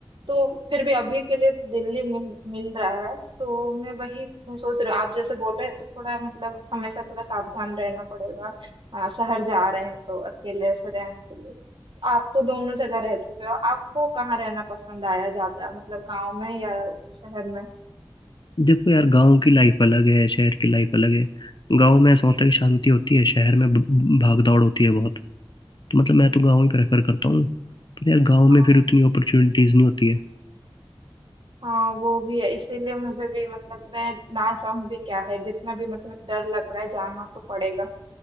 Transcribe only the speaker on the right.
तो फिर भी अभी के लिए तो दिल्ली मिल मिल रहा है तो मैं वही मैं सोच रही हूँ आप जैसे बोल रहे हैं तो थोड़ा मतलब हमेशा थोड़ा सावधान रहना पड़ेगा आ, शहर जा रहे हैं तो अकेले से रहने के लिए आप तो दोनों जगह रह चुके हो आपको कहाँ रहना पसंद आया ज्यादा मतलब गांव में या शहर में
हाँ
हाँ वो भी है इसीलिए मुझे भी मतलब मैं ना चाहूँ भी क्या है जितना भी मतलब डर लग रहा है जाना तो पड़ेगा